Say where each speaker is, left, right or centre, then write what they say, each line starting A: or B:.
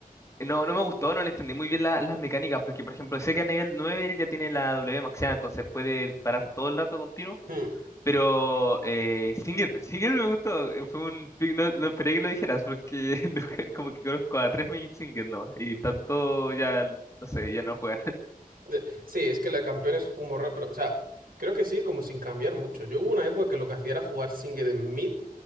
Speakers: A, on the left (about 20°); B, on the right (about 75°).
A: no, no me gustó, no le entendí muy bien la- las mecánicas, porque por ejemplo, sé que a nivel 9 él ya tiene la W maxeada, entonces puede disparar todo el rato continuo.
B: mm.
A: Pero eh, Singed, Singed <laughs> me gustó, eh, fue un pick, no, no esperé que lo dijeras porque <laughs> nunca- como que conozco a tres main Singed nomás y tanto ya, no sé, ya no juegan. <laughs>
B: De- Sí, es que la campeona es un raro, pero, o sea, creo que sigue como sin cambiar mucho. Yo hubo una época que lo que hacía era jugar Singed en mid